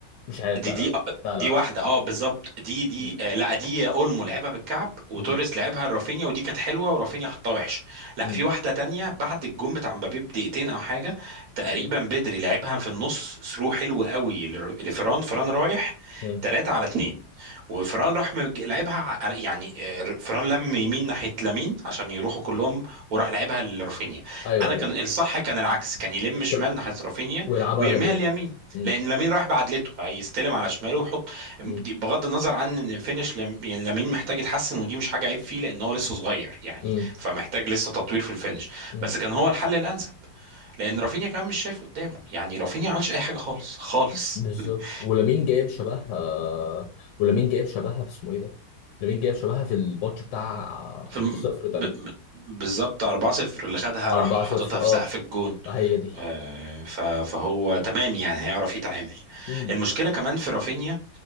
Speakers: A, on the left; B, on the right.
A: مش عارف
B: دي
A: لا
B: دي
A: لا لا
B: آه، دي
A: لا لا
B: واحده
A: صح.
B: اه بالظبط دي دي
A: م-
B: آه لا دي اولمو لعبها بالكعب وتوريس
A: م-
B: لعبها لرافينيا ودي كانت حلوه ورافينيا حطها وحش لا
A: م-
B: في واحده تانية بعد الجون بتاع مبابي بدقيقتين او حاجه تقريبا
A: م-
B: بدري لعبها في النص ثرو حلو قوي لر- لفران فران رايح
A: م.
B: 3 على 2 وفران راح مج- لعبها على يعني آه، فران لم يمين ناحيه لامين عشان يروحوا كلهم وراح لعبها لرافينيا
A: ايوه
B: انا
A: ايوه
B: كان الصح كان العكس كان يلم شمال
A: كل-
B: ناحيه رافينيا
A: ويلعبها
B: ويرميها
A: لمين
B: اليمين
A: م-
B: لان لامين رايح بعدلته هيستلم على شماله ويحط
A: م-
B: دي- بغض النظر عن ان فينش لام- يعني لامين محتاج يتحسن ودي مش حاجه عيب فيه لان هو لسه صغير يعني
A: م-
B: فمحتاج لسه تطوير في الفينش
A: م.
B: بس كان هو الحل الانسب لان رافينيا كمان مش شايف قدامه يعني رافينيا ما عملش اي حاجه خالص خالص
A: بالظبط
B: <laughs>
A: ولامين جايب شبهها ولامين جايب شبهها في اسمه ايه ده لامين جايب شبهها في الماتش بتاع
B: في
A: 5-0
B: الم...
A: تقريبا
B: ب... ب- بالظبط 4-0 اللي خدها
A: أربعة
B: راح حاططها
A: صفر
B: في
A: أه
B: سقف الجون
A: هي دي
B: آه، ف... فهو تمام يعني هيعرف يتعامل
A: امم
B: المشكله كمان في رافينيا